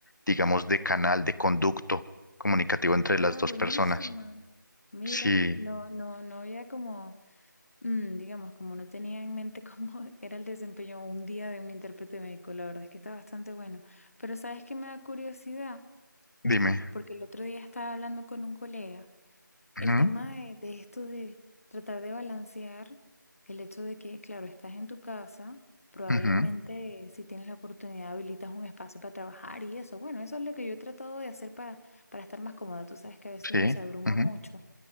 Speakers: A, on the left; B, on the left.
A: digamos, de canal, de conducto comunicativo entre
B: Ah,
A: las dos
B: buenísima.
A: personas.
B: Mira,
A: Sí,
B: no, no, no había como, mm, digamos, como no tenía en mente cómo <laughs> era el desempeño un día de un intérprete médico, la verdad es que está bastante bueno. Pero ¿sabes qué me da curiosidad?
A: dime.
B: Porque el otro día estaba hablando con un colega. El
A: Ujú,
B: tema de, de esto de tratar de balancear el hecho de que, claro, estás en tu casa, probablemente
A: ujú,
B: si tienes la oportunidad habilitas un espacio para trabajar y eso. Bueno, eso es lo que yo he tratado de hacer para, para estar más cómoda. Tú sabes que a veces
A: sí.
B: uno se abruma
A: ujú,
B: mucho,